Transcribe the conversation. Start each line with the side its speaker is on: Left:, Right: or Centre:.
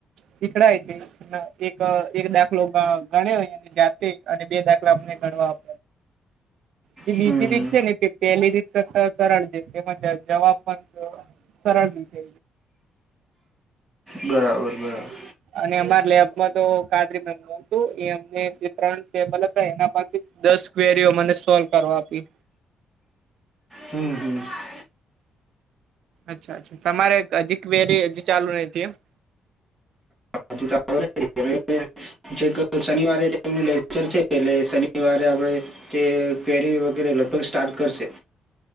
Right: શીખડાય છે એક એક દાખલો ગણે જાતે અને બે દાખલા અમને ગણવા આપ જે
Centre: હમ
Right: બીજી
Centre: હમ
Right: રીત છે ને તે પહેલી રીતે તે સરળ છે જવાબ પણ સરળ રીતે
Centre: બરાબર બરાબર
Right: અને અમાર લેબમાં તો કાદરી મેમ હતું એ અમને જે ત્રણ ટેબલ હતા એના પાસે દસ ક્વેરીઓ મને સોલ્વ કરવા આપી
Centre: હમ હમ
Right: અચ્છા અચ્છા તમારે હજી ક્વેરી હજી ચાલુ રહી તી એમ
Centre: હમ હજી ચાલુ <inaudible> જે શનિવારે લેક્ચર છે એટલે શનિવારે આપણે તે કરી વગેરે લગભગ સ્ટાર્ટ કરશે